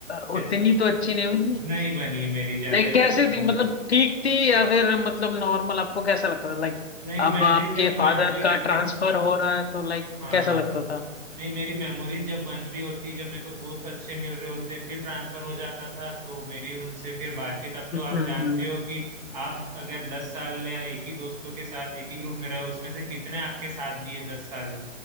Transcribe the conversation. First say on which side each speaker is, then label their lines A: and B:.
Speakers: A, on the left; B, on the right.
A: उतनी
B: ज-
A: तो अच्छी नहीं हुई
B: नहीं बनी मेरी ज्यादा
A: लाइक
B: स्कूल
A: कैसे थी मतलब
B: में
A: ठीक थी या फिर मतलब नॉर्मल आपको कैसा लगता था लाइक
B: नहीं
A: अब
B: मेरी
A: आपके
B: जब
A: फादर
B: मेमोरीज
A: का ट्रांसफर हो रहा है तो लाइक
B: हाँ
A: कैसा लगता था
B: नहीं मेरी मेमोरीज जब बन रही होती जब मेरे को दोस्त अच्छे मिल रहे होते फिर ट्रांसफर हो जाता था तो मेरी उनसे फिर बातचीत अब तो
A: हम्म
B: आप जानते
A: हम्म,
B: हो कि आप अगर दस साल या एक ही दोस्तों के साथ एक ही ग्रुप में रहे उसमें से कितने आपके साथ दिए दस साल में